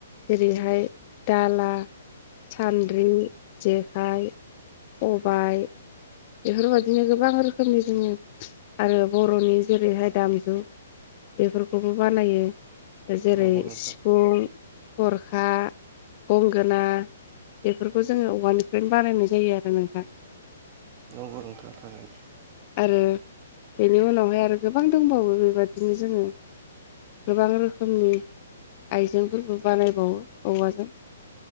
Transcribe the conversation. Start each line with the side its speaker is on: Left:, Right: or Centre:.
Left: जेरैहाय दाला सान्द्रि जेखाइ खबाय बेफोरबायदिनो गोबां रोखोमनि जोङनि आरो बर'नि जेरैहाय दामजु बेफोरखौबो बानायो जेरै
Right: नंगौ नोंथां
Left: सिफुं थरखा गंगोना बेफोरखौ जोङो औवानिफ्रायनो बानायनाय जायो आरो नोंथां
Right: नंगौ नोंथां थारैनो
Left: आरो बेनि उनावहाय आरो गोबां दंबावो बेबायादिनो जोङो गोबां रोखोमनि आइजेंफोरबो बानायबावो औवाजों